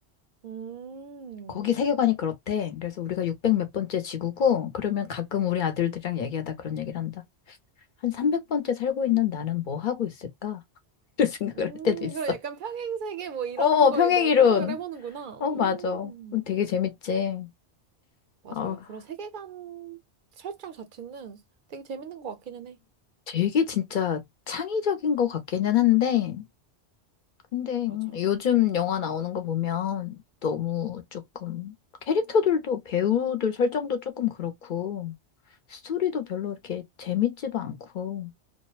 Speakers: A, on the right; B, on the left.
A: 음,
B: 거기 세계관이 그렇대 그래서 우리가 600 몇 번째 지구고 그러면 가끔 우리 아들들이랑 얘기하다 그런 얘기를 한다 한 300번째 살고 있는 나는 뭐 하고 있을까? <laughs> 이런 생각을
A: 음,
B: 할 때도 있어
A: 그런 약간 평행세계 뭐 이런
B: 어
A: 거에
B: 평행이론
A: 대한 생각을 해보는구나.
B: 어,
A: 음,
B: 맞아. 음, 되게 재밌지.
A: 맞아.
B: 아
A: 그런 세계관 설정 자체는 되게 재밌는 것 같기는 해.
B: 되게 진짜 창의적인 것 같기는 한데, 근데
A: 맞아.
B: 음, 요즘 영화 나오는 거 보면 너무 조금 캐릭터들도 배우들 설정도 조금 그렇고, 스토리도 별로 이렇게 재밌지도 않고,